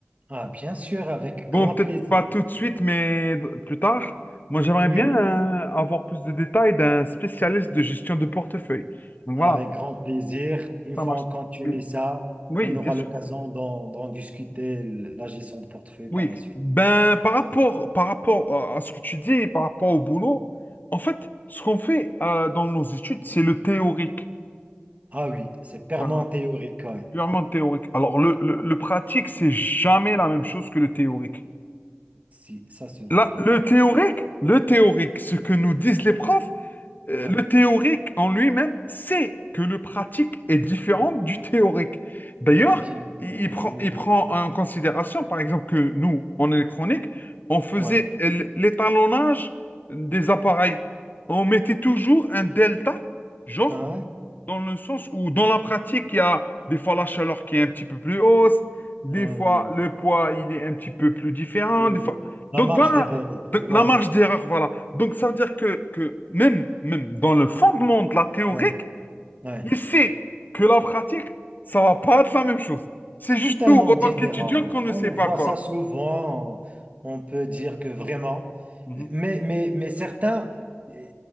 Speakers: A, on the right; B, on the left.
A: Ah, bien sûr, avec
B: Bon,
A: grand
B: peut-être
A: plaisir.
B: pas tout de suite, mais plus tard. Moi, j'aimerais
A: Oui,
B: bien euh, avoir plus de détails d'un spécialiste de gestion de portefeuille. Donc
A: avec
B: voilà,
A: grand plaisir. Une
B: ça
A: fois
B: marche.
A: on continue
B: Oui,
A: ça,
B: oui,
A: on aura
B: bien sûr.
A: l'occasion d'en d'en discuter l- la gestion de portefeuille par
B: Oui.
A: la suite.
B: Ben, par rapport, par rapport à à ce que tu dis, par rapport au boulot, en fait, ce qu'on fait euh, dans nos études, c'est le théorique.
A: Ah oui, c'est purement
B: Voilà,
A: théorique. ouais.
B: purement théorique. Alors, le, le, le pratique, c'est jamais la même chose que le théorique.
A: Si, ça se voit,
B: Là, le
A: oui.
B: théorique, le théorique, ce que nous disent les profs, Euh,
A: Ouais.
B: le théorique en lui-même sait que le pratique est différent du théorique. D'ailleurs,
A: Ah, bien évidemment.
B: il, il prend,
A: Oui,
B: il prend
A: oui,
B: en considération, par exemple, que nous, en électronique, on faisait
A: oui. Ouais.
B: l- l'étalonnage des appareils. On mettait toujours un delta, genre
A: Ah, ouais.
B: dans le sens où, dans la pratique, il y a des fois la chaleur qui est un petit peu plus hausse, des
A: Ah
B: fois
A: oui.
B: le poids, il est un petit peu plus différent,
A: Oui,
B: des
A: oui.
B: fois...
A: La
B: Donc
A: marge
B: voilà,
A: d'erreur et tout.
B: Donc,
A: Ouais.
B: la marge d'erreur, voilà. Donc ça veut dire que, que même, même dans le fondement de la théorique,
A: Ouais. Ouais.
B: il sait que la pratique, ça va pas être la même chose. C'est
A: C'est
B: juste
A: totalement
B: nous, en
A: différent.
B: tant qu'étudiants, qu'on ne
A: On
B: sait pas
A: voit
B: quoi.
A: ça souvent. On, on peut dire que vraiment.
B: Mhm,
A: Mais, mais, mais certains, euh,